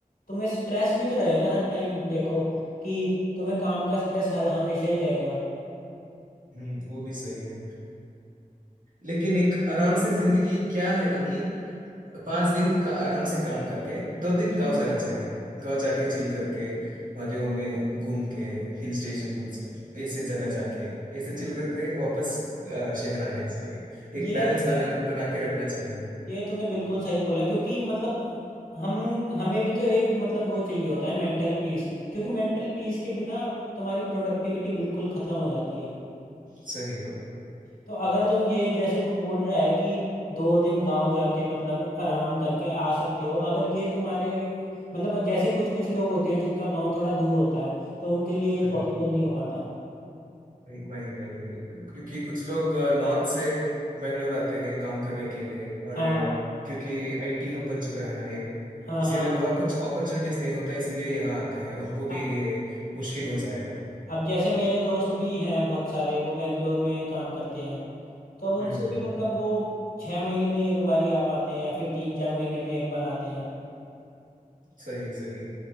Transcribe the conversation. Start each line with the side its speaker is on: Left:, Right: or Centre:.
Left: तुम्हें स्ट्रेस भी तो रहेगा हर टाइम देखो कि तुम्हें काम का स्ट्रेस हर हमेशा ही रहेगा
Right: हम्म वो भी सही है लेकिन एक आराम से जिंदगी क्या है ना कि पांच दिन का आराम से काम करके दो दिन गांव जाना चाहिए गांव जाके चिल करके वादियों में घूम के हिल स्टेशन कुछ ऐसे जगह जाके ऐसे चिल करके वापस अ, शहर आने चाहिए एक
Left: ये
Right: बैलेंस
Left: तुमने
Right: बना बना के रखना चाहिए
Left: ये तूने बिल्कुल सही बोला क्योंकि मतलब हम हमें भी तो एक मतलब वो चाहिए होता है मेंटल पीस क्योंकि मेंटल पीस के बिना तुम्हारी प्रोडक्टिविटी बिल्कुल खत्म हो जाती है
Right: सही बात
Left: तो अगर तुम ये जैसे तू बोल रहा है कि दो दिन गांव जाके मतलब आराम करके आ सकते हो अगर ये तुम्हारे मतलब जैसे कुछ कुछ लोग होते हैं जिनका गांव थोड़ा दूर होता है तो उनके लिए ये
Right: हम्म,
Left: पॉसिबल नहीं हो पाता
Right: वही वही वही वही क्योंकि कुछ लोग नॉर्थ से बेंगलोर आते हैं काम करने के लिए और
Left: हाँ
Right: अ, क्योंकि आईटी हब बन चुका है ना ये
Left: हाँ
Right: इसीलिए
Left: हाँ हाँ
Right: वह कुछ अपॉर्चुनिटीज नहीं होता इसीलिए यहाँ आते हैं उनको भी
Left: अ-
Right: ये मुश्किल हो जाएगा
Left: अब जैसे मेरे दोस्त भी हैं बहुत सारे वो बेंगलोर में काम करते हैं तो अब उनसे
Right: हम्म हम्म
Left: भी मतलब वो छह महीने में एक बार ही आ पाते हैं या फिर तीन चार महीने में एक बार आते हैं
Right: सही सही